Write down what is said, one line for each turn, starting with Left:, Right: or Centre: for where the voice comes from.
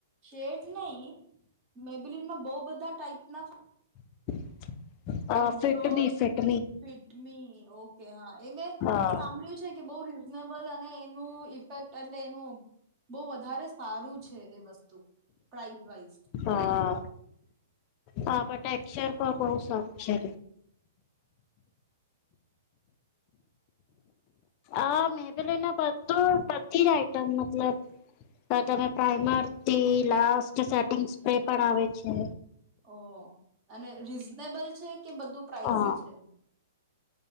Right: શેડ નહી મેબલીનમાં બઉ બધા ટાઈપ ના ફા
Left: <inaudible> અ
Right: આ
Left: Fit Me
Right: glowy
Left: Fit Me
Right: Fit Me okay કે હા એ મેં
Left: હા
Right: સાંભળ્યું છે કે બહુ રીઝનેબલ અને એનું ઇફેક્ટ અટલે એનું બહુ વધારે સારું છે એ વસ્તુ પ્રાઈઝ વાઇસ
Left: હા હા પણ ટેક્સર પણ બહુ સારું છે આ મેબલિનના બધું બધી જ આઈટમ મતલબ તમે પ્રાઈમરથી લાસ્ટ સેટિંગ સ્પે પણ આવે છે
Right: ઓહ અને રીઝનેબલ છે કે બધું પ્રાાઈઝી
Left: હા
Right: છે